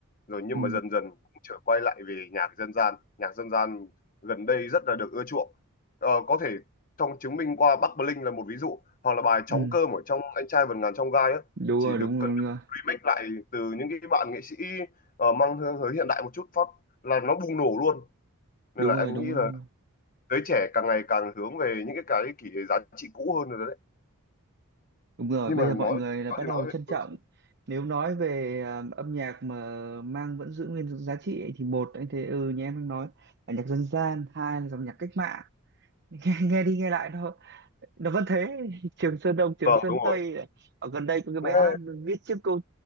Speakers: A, on the left; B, on the right.
A: rồi nhưng
B: ừ
A: mà dần dần cũng trở quay lại về nhạc dân gian nhạc dân gian gần đây rất là được ưa chuộng Ờ, có thể trong chứng minh qua Bắc Bling là một ví dụ hoặc là bài trống
B: ừ
A: cơm ở trong anh trai vượt ngàn chông gai á
B: đúng
A: chỉ
B: rồi
A: được
B: đúng
A: cần
B: rồi đúng
A: được
B: rồi
A: remake lại từ những cái bạn nghệ sĩ ờ, mang hương hơi hiện đại một chút phát là nó bùng nổ luôn nên
B: đúng
A: là em
B: rồi đúng
A: nghĩ là
B: rồi
A: giới trẻ càng ngày càng hướng về những cái cái kỷ giá trị cũ hơn rồi đấy
B: Đúng rồi,
A: nhưng
B: bây
A: mà
B: giờ
A: nói
B: mọi người là
A: nói
B: bắt
A: thì
B: đầu
A: nói
B: trân
A: vậy
B: trọng.
A: thôi chứ.
B: Nếu nói về à, âm nhạc mà mang vẫn giữ nguyên giá trị ấy, thì một anh thấy ừ như em đang nói là nhạc dân gian, hai là dòng nhạc cách mạng. <laughs> Nghe, nghe đi nghe lại nó nó vẫn thế. <laughs> Trường Sơn Đông, Trường
A: vâng
B: Sơn
A: đúng rồi
B: Tây này. Ở gần đây có cái bài
A: Nghe
B: hát viết tiếp câu